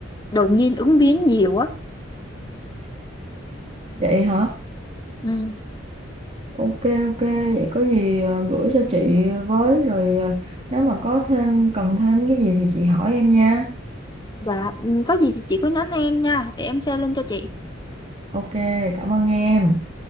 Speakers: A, on the left; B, on the right.
A: đột nhiên ứng biến nhiều á
B: Vậy hả?
A: Ừm,
B: Ok ok, vậy có gì ờ, gửi cho chị với rồi ờ, nếu mà có thêm cần thêm cái gì thì chị hỏi em nha.
A: Và ừm, có gì thì chị cứ nhắn em nha Để em share link cho chị
B: Ok, cảm ơn em.